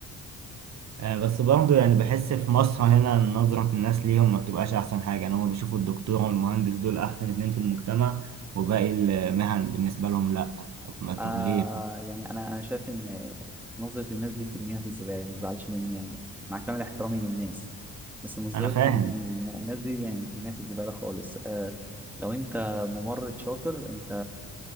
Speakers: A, on the right (about 60°); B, in the centre.
A: آه، بس برضه يعني بحس في مصر هنا نظره الناس ليهم ما بتبقاش احسن حاجه يعني هم بيشوفوا الدكتور والمهندس دول احسن اتنين في المجتمع وباقي المهن بالنسبه لهم لا طب ما طب
B: آه
A: ليه
B: يعني انا انا شايف ان نظره الناس دي في المياه في الزباله يعني ما تزعلش مني يعني مع كامل احترامي للناس بس نظرتهم
A: انا فاهم
B: إن الناس دي يعني في المياه في الزباله خالص آه لو انت ممرض شاطر انت